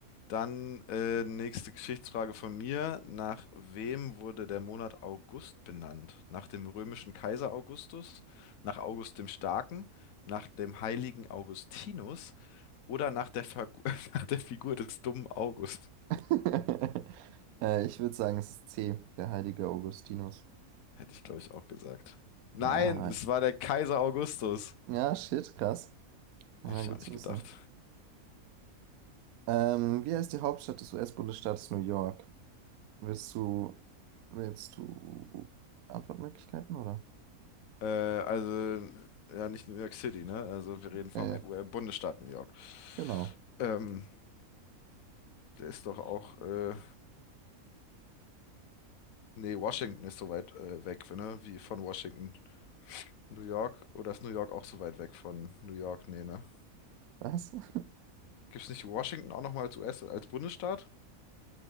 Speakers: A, on the left (about 70°); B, on the right (about 80°).
A: Dann äh, nächste Geschichtsfrage von mir. Nach wem wurde der Monat August benannt? Nach dem römischen Kaiser Augustus, nach August dem Starken, nach dem heiligen Augustinus oder nach der, Fagu- <laughs> nach der Figur des dummen August?
B: <laughs> äh, ich würde sagen, es ist C, der heilige Augustinus.
A: Hätte ich, glaube ich, auch gesagt. Nein,
B: Ja,
A: es war der Kaiser Augustus.
B: ja, shit, krass. Ja,
A: Hätte ich
B: gut
A: auch nicht
B: zu
A: gedacht.
B: wissen. Ähm, wie heißt die Hauptstadt des US-Bundesstaates New York? Willst du, willst du Antwortmöglichkeiten, oder?
A: Äh, also, ja, nicht New York City, ne? Also, wir reden vom
B: Äh,
A: äh, Bundesstaat New York.
B: genau.
A: Ähm, der ist doch auch äh, Nee, Washington ist so weit äh, weg, ne? Wie von Washington. New York, oder ist New York auch so weit weg von New York? Nee, ne?
B: Was? <laughs>
A: Gibt's nicht Washington auch nochmal als US, als Bundesstaat?